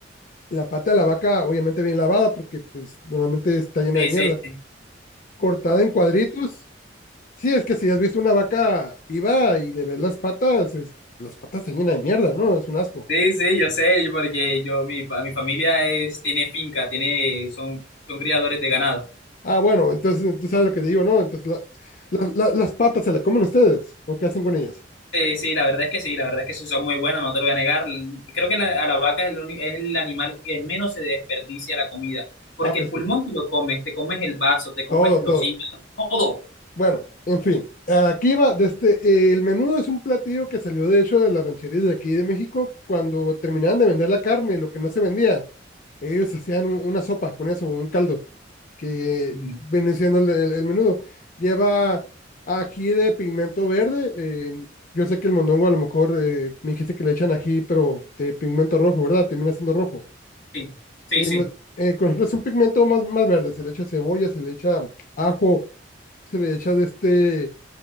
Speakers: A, on the left; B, on the left.
A: La pata de la vaca obviamente bien lavada, porque pues normalmente está llena
B: Sí,
A: de mierda,
B: sí, sí.
A: cortada en cuadritos. Sí, es que si has visto una vaca viva y le ves las patas, es- las patas están llenas de mierda, ¿no? Es un asco.
B: Sí, sí, yo sé, yo- porque yo, mi, fa- mi familia es, tiene finca, tiene, son, son criadores de ganado.
A: Ah, bueno, entonces tú sabes lo que te digo, ¿no? Entonces la- la- la- las patas se las comen ustedes, ¿o qué hacen con ellas?
B: Sí, sí, la verdad es que sí, la verdad es que sí son muy buenas, no te lo voy a negar. Creo que la, a la vaca es el, uni- es el animal que menos se desperdicia la comida, porque
A: Ah, pues
B: el pulmón te lo comes, te comes el vaso, te comes
A: todo,
B: los
A: todo.
B: hígados, todo.
A: Bueno, en fin. Aquí va, desde, el menudo es un platillo que salió de hecho de las rancherías de aquí de México cuando terminaban de vender la carne, lo que no se vendía. Ellos hacían un- una sopa con eso, un caldo, que
B: Ujú,
A: viene siendo el, el- el menudo. Lleva ají de pigmento verde. eh, yo sé que el mondongo a lo mejor eh, me dijiste que le echan ají, pero de pigmento rojo, ¿verdad? Termina siendo rojo.
B: Sí, sí,
A: Eh,
B: sí.
A: no- eh, con nosotros es un pigmento más, más verde. Se le echa cebolla, se le echa ajo, se le echa de este,